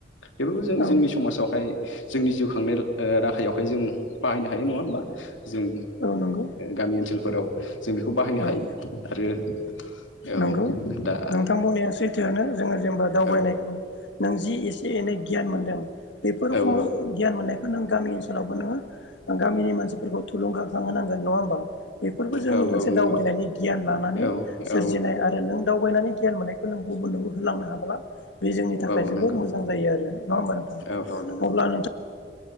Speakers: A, on the left; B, on the left.
A: बेफोरखौ जों
B: औ
A: जोंनि समाजावहाय जोंनि जिउ खांनाय ओ राहायावहाय जों बाहायनो हायो नङा होमबा जों
B: औ नंगौ
A: गामि ओनसोलफोराव जों बेखौ बाहायनो हायो
B: औ
A: आरो औ
B: नंगौ
A: दा
B: नोंथां बुंनाया सैथोआनो जोङो जेनेबा दावबायनायखौ
A: औ
B: नों जि एसे फायनो गियान मोनदों बेफोर
A: औ
B: खम गियान मोननायखौ नों गामि ओनसोलावबो नोङो गामिनि मानसि फोरखौ थुलुंगा खांहोनांगोन न नङा होमबा बेफोरबो जोंनि
A: औ
B: मोनसे
A: औ नंगौ
B: दावबायनायनि गियान लानानै
A: औ
B: सोरजिनाय
A: औ
B: आरो नों दावबायनानै गियान मोननायखो नों गुबुननोबो होलांनो हाबोला बे जोंनि थाखाय
A: औ
B: जोबोद
A: नंगौ
B: मोजां जायो आरो नङा होमबा नोंथां
A: औ औ नंगौ
B: अब्ला नोंथां